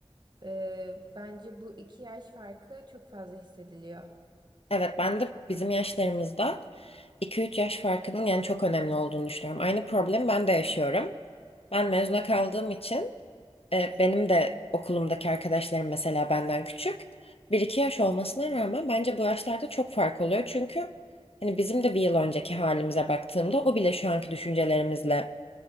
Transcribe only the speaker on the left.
Evet ben de bizim yaşlarımızda iki üç yaş farkının yani çok önemli olduğunu düşünüyorum. Aynı problemi ben de yaşıyorum. Ben mezuna kaldığım için E, Benim de okulumdaki arkadaşlarım mesela benden küçük. Bir iki yaş olmasına rağmen bence bu yaşlarda çok fark oluyor. Çünkü hani bizim de bir yıl önceki halimize baktığımda o bile şu anki düşüncelerimizle